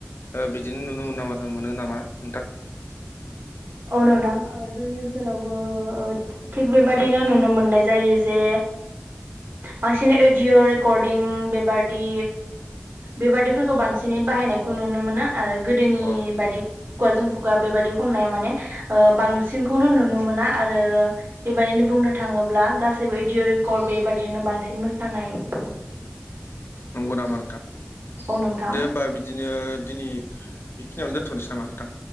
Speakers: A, on the left; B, on the right.
A: बिदिनो नुनो मोनो नामा नोंथां।
B: औ नोंथां। जोंनि ओनसोलावबो। थिग बेबादिनो नुनो मोननाय जायो जे बांसिनै अडिय रेकर्डिं बेबादि बेबादिफोरखौ बांसिनै बाहायनायखौ नुनो मोनो। आरो गोदोनि
A: अ
B: बायदि खुगाजों खुगा। बेबायदि खननाया माने। बांसिनखौनो नुनो मोना आरो बेबायदिनो बुंनो थाङोब्ला गासैबो अडिअ रेकर्ड बेबादिनो बांसिन मोसानायखौ नुनो मोनो।
A: नंगौ नामा नोंथां
B: औ नोंथां
A: दे होमबा बिदिनो। दिनै बेखिनियावनो दोन्थनोसै नामा नोंथां।